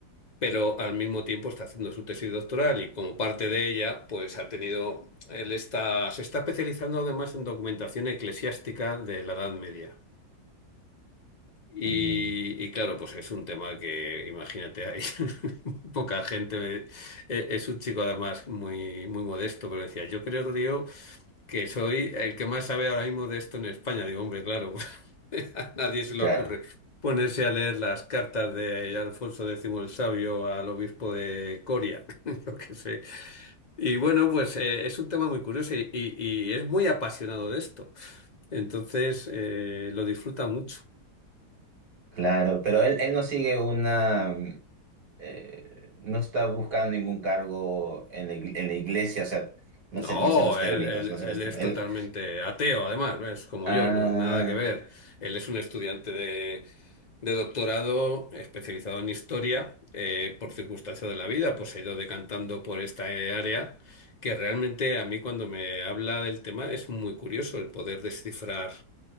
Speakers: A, on the left; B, on the right.
A: pero al mismo tiempo está haciendo su tesis doctoral y como parte de ella, pues ha tenido, él está, se está especializando además en documentación eclesiástica de la Edad Media. Y,
B: Mm,
A: y claro, pues es un tema que, imagínate, hay <laughs> poca gente. Eh, Es un chico además muy, muy modesto, pero decía, yo creo, tío, que soy el que más sabe ahora mismo de esto en España. Digo, hombre, claro, <laughs> a nadie se le
B: Claro,
A: ocurre ponerse a leer las cartas de Alfonso X el Sabio al obispo de Coria, <laughs> yo qué sé. Y bueno, pues eh, es un tema muy curioso y, y- y es muy apasionado de esto. Entonces, eh, lo disfruta mucho.
B: claro, pero él, él no sigue una, eh, no está buscando ningún cargo en la, ig- en la iglesia, o sea, no
A: No,
B: sé, no sé los términos,
A: él, él-
B: no sé
A: él
B: los términos.
A: es totalmente
B: Él-
A: ateo, además, es como
B: ah,
A: yo, no- nada que ver. Él es un estudiante de, de doctorado especializado en historia, eh, por circunstancia de la vida, pues se ha ido decantando por esta área, que realmente a mí cuando me habla del tema es muy curioso el poder descifrar